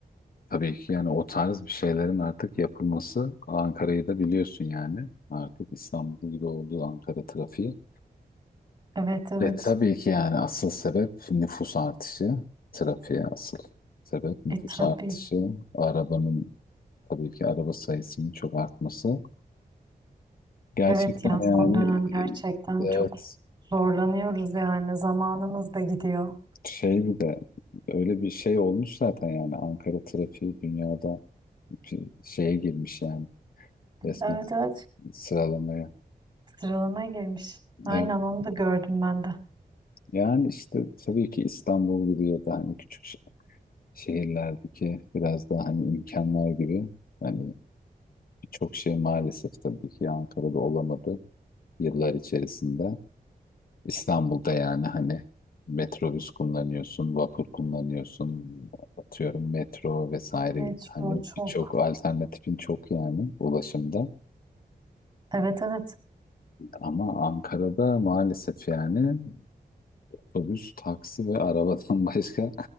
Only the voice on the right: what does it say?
Evet evet.
E tabii
ki.
Evet ya
son dönem gerçekten
çok zorlanıyoruz yani zamanımız da gidiyor.
Evet evet
sıralamaya girmiş. Aynen
onu da gördüm ben de.
Metro
çok.
Evet evet